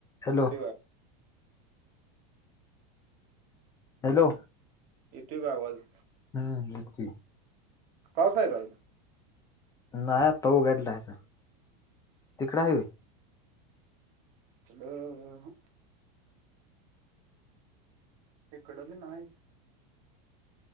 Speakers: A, on the left; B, on the right.
A: Hello
B: येतोय का
A: hello
B: येतोय क आवाज?
A: हा नकी.
B: पाऊस आहे का
A: नाही आत्ता उगडलाय जरा तिकड हाय वय.
B: डं इकडं भी नाहीच.